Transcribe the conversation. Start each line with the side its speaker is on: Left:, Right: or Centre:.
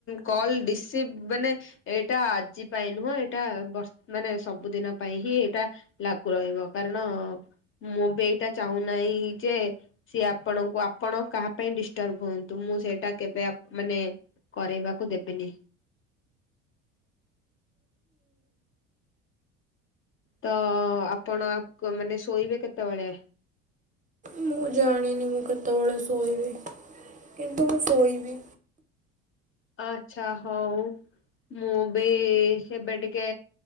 Left: କଲ ରସିଭ ମାନେ ଏଇଟା ଆଜି ପାଇଁ ନୁହଁ ଏଇଟା ବଷ ମାନେ ସବୁଦିନ ପାଇଁ ହିଁ ଏଇଟା ଲାଗୁ ରହିବ କାରଣ ମୁଁ ବି ଏଇଟା ଚାହୁଁନାହିଁ ଯେ, ସିଏ ଆପଣଙ୍କୁ ଆପଣ କାହା ପାଇଁ ଡିଷ୍ଟର୍ବ ହୁଅନ୍ତୁ ମୁଁ ମୁଁ ସେଇଟା କେବେ ଆପ ମାନେ କରୋଇବାକୁ ଦେବିନି ତ ଆପଣ କ ମାନେ ଶୋଇବେ କେତେବେଳେ?
Right: ମୁଁ ଜାଣିନି ମୁଁ କେତେବେଳେ ଶୋଇବି କିନ୍ତୁ ମୁଁ ଶୋଇବି।
Left: ଆଛା ହଉ। ମୁଁ ବି ଏବେ ଟିକେ